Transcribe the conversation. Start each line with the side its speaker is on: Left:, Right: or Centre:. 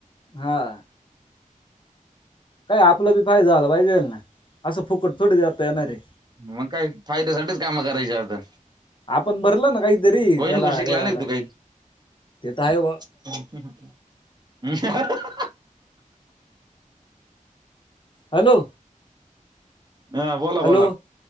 Left: हा, काय आपला बी फायदा झाला पाहिजेईल ना, असं फुकट थोडी देता येणारे.
Right: मग काय फायद्यासाठीठीच कामं करायची आता,
Left: आपण भरल ना काहीतरी
Right: वहिनीकडून
Left: त्याला,
Right: शिकला
Left: याला
Right: नाही का तू काही
Left: ते तर आहे व,
Right: <unintelligible>
Left: हॅलो?
Right: हा बोला बोला
Left: हॅलो